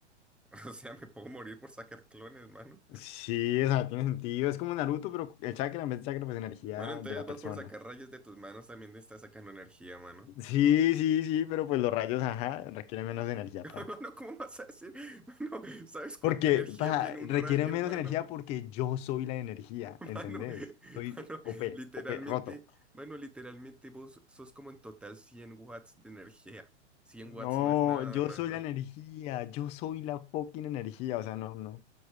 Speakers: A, in the centre; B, on the left.
A: <laughs> o sea, me puedo morir por sacar clones, mano.
B: Sí, o sea, tiene sentido. Es como Naruto, pero el chakra en vez de chakra, pues energía
A: Mano, entonces
B: de la
A: vos
B: persona.
A: por sacar rayos de tus manos también te estás sacando energía, mano.
B: Sí, sí, sí, pero pues los rayos, ajá, requieren menos energía,
A: Mano,
B: pa.
A: ¿cómo vas a decir? Mano, ¿sabes cuánta
B: Porque,
A: energía
B: pa,
A: tiene
B: requieren
A: un rayo,
B: menos
A: mano?
B: energía porque yo soy la energía,
A: <laughs>
B: ¿entendés?
A: Mano,
B: Soy
A: mano,
B: OP,
A: literalmente,
B: OP, roto.
A: mano, literalmente vos sos como en total 100 watts de energía. 100
B: No,
A: watts no es nada,
B: yo
A: mano.
B: soy la energía, yo soy la fucking energía, o sea, no, no,